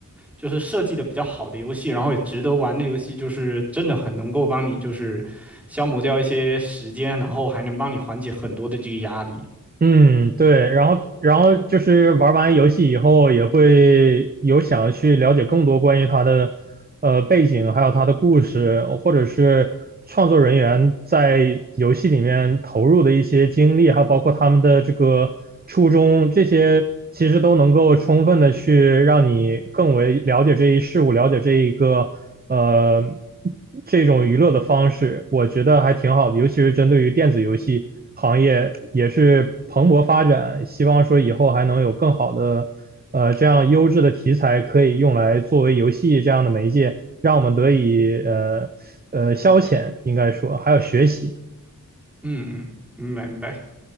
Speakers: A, in the centre; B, on the right.
A: 就是设计的比较好的游戏，然后也值得玩的游戏，就是真的很能够帮你就是消磨掉一些时间，然后还能帮你缓解很多的这个压力。
B: 嗯，对，然后然后就是玩完游戏以后，也会有想要去了解更多关于他的呃背景，还有他的故事，或者是创作人员在游戏里面投入的一些经历，还有包括他们的这个初衷，这些其实都能够充分的去让你更为了解这一事物，了解这一个呃。这种娱乐的方式，我觉得还挺好的，尤其是针对于电子游戏行业，也是蓬勃发展。希望说以后还能有更好的，呃，这样优质的题材可以用来作为游戏这样的媒介，让我们得以呃呃消遣，应该说还有学习。
A: 嗯嗯，明白明白。